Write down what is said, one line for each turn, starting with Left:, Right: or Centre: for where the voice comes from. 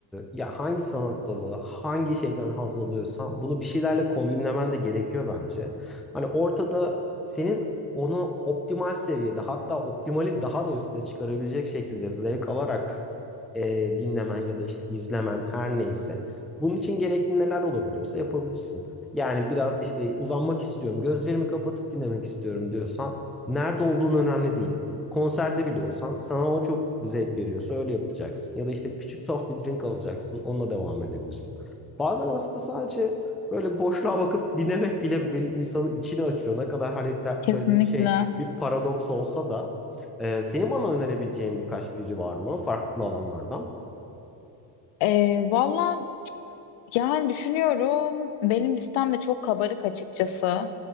Centre: e, ya hangi sanat dalı, hangi şeyden haz alıyorsan bunu bir şeylerle kombinlemen de gerekiyor bence. Hani ortada senin onu optimal seviyede hatta optimalin daha da üstüne çıkarabilecek şekilde zevk alarak e, dinlemen ya da işte izlemen her neyse. Bunun için gerekli neler olabiliyorsa yapabilirsin. Yani biraz işte uzanmak istiyorum, gözlerimi kapatıp dinlemek istiyorum diyorsan nerede olduğun önemli değil konserde bile olsan sana o çok zevk veriyorsa öyle yapacaksın. Ya da işte küçük soft bir drink alacaksın onunla devam edebilirsin. Bazen aslında sadece böyle boşluğa bakıp dinlemek bile bir insanı içini açıyor. Ne kadar hani te-
Left: Kesinlikle.
Centre: söylediğim şey bir paradoks olsa da e, senin bana önerebileceğin birkaç biri var mı farklı alanlardan?
Left: Ee, Valla Yani düşünüyorum benim listem de çok kabarık açıkçası.